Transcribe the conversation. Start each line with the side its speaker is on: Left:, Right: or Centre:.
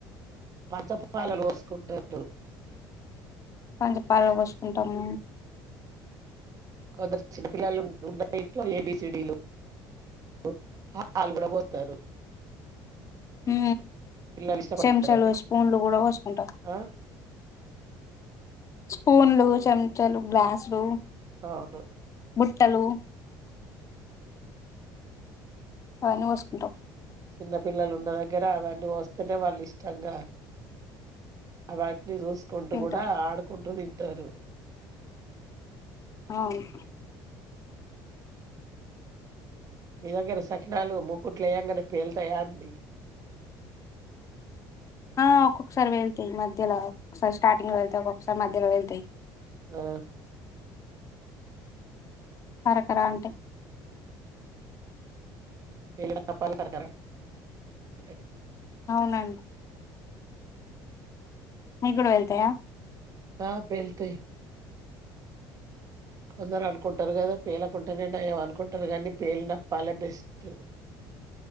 Right: పంచ పాలలు పోసుకుంటాన్రు.
Left: పంచ పాలలు పోసుకుంటమ్.
Right: కొందరు చిన్నపిల్లలు ఉంటరు. ఇంట్లో ఏబిసిడీలు, <unintelligible> అ ఆ లు కూడ పోస్తారు.
Left: హు
Right: పిల్లలు ఇష్టపడతారండి
Left: చెంచలు, స్పూన్లు కూడ పోసుకుంటాము.
Right: ఆ
Left: స్పూన్లు, చెంచలు, గ్లాస్లు
Right: అవును
Left: బుట్టలు అవన్నీ పోసుకుంటాం.
Right: చిన్న పిల్లలు ఉన్న దగ్గర అవన్నీ పోస్తేనే వాళ్ళు ఇష్టంగా అవన్, చూస్కుంటూ
Left: తింటారు
Right: గూడ ఆడుకుంటూ తిం తరు
Left: అవును
Right: మీ దగ్గర సకినాలు మూకుట్లేయంగానే పేల్తాయా అండి,
Left: ఆ ఒక్కొక్కసారి పేళ్తయి మధ్యల ఒక్కసారి స్టార్టింగ్ పేళ్తయి ఒక్కొక్కసారి మధ్యల పేళ్తయి
Right: ఆ
Left: కరకరా అంటయ్
Right: <unintelligible> అంటాయి
Left: అవునం మీక్ గుడా పేళ్తాయా
Right: ఆ పేల్తయ్ కొందరు అనుకుంటరు కదా పేలకుంటేనే నయం అనుకుంటారు గనీ పేలినపాలే బెస్ట్